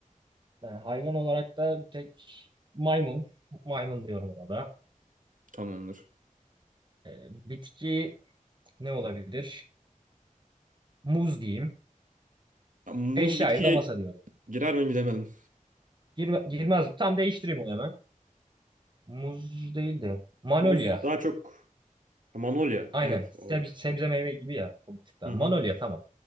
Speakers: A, on the right; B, on the right.
A: Ee, hayvan olarak da tek maymun. Maymun diyorum ona da.
B: Tamamdır.
A: Ee, bitki ne olabilir? Muz diyeyim.
B: Ya, Muz
A: Eşyaya
B: bitki
A: da masa diyorum.
B: girer mi bilemedim.
A: Girme- girmez. Tam değiştireyim onu hemen. Muz değil de Manolya.
B: Muz daha çok Manolya.
A: Aynen.
B: Evet
A: Sebze,
B: olabilir.
A: sebze meyve gibi ya. O bir tık daha.
B: Hı
A: Manolya
B: hı.
A: tamam.